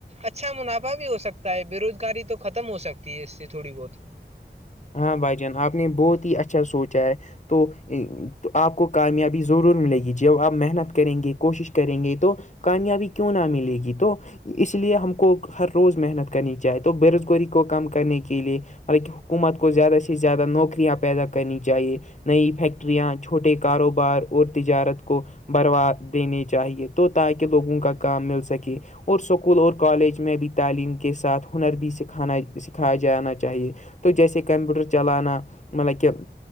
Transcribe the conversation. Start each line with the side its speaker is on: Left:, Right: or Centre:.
Right: اچھا منافع بھی ہو سکتا ہے بے روزگاری تو ختم ہو سکتی ہے اس سے تھوڑی بہت
Left: ہاں بھائی جان آپ نے بہت ہی اچھا سوچا ہے تو آپ کو کامیابی ضرور ملے گی جب آپ محنت کریں گے کوشش کریں گے تو کامیابی کیوں نہ ملے گی تو اس لیے ہم کو ہر روز محنت کر کرنی چاہے تو بے روزگاری کو کم کرنے کے لیے مطلب کہ حکومت کو زیادہ سے زیادہ نوکریاں پیدا کرنی چاہیے نئی فیکٹریاں چھوٹے کاروبار اور تجارت کو بروا دینے چاہیے تو تاکہ لوگوں کا کام مل سکے اور اسکول اور کالج میں بھی تعلیم کے ساتھ ہنر بھی سکھانا سکھایا جانا چاہیے تو جیسے کمپیوٹر چلانا مطلب کہ